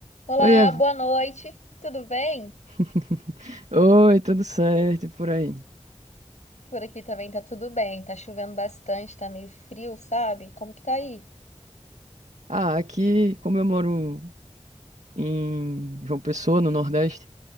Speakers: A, on the left; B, on the right.
A: Olá,
B: Oi, Ev...
A: boa noite. Tudo bem?
B: <laughs> Oi, tudo certo e por aí?
A: Por aqui também tá tudo bem. Tá chovendo bastante, tá meio frio, sabe? Como que tá aí?
B: Ah, aqui, como eu moro em João Pessoa, no Nordeste,